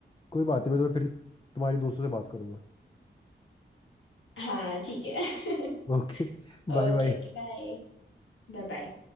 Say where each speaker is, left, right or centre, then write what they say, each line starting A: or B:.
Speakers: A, on the left; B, on the left.
A: कोई बात नहीं मैं तुम्हें फिर तुम्हारी दोस्तों से बात करूंगा
B: हाँ ठीक है <laughs>
A: Okay bye
B: Okay
A: bye
B: okay bye bye bye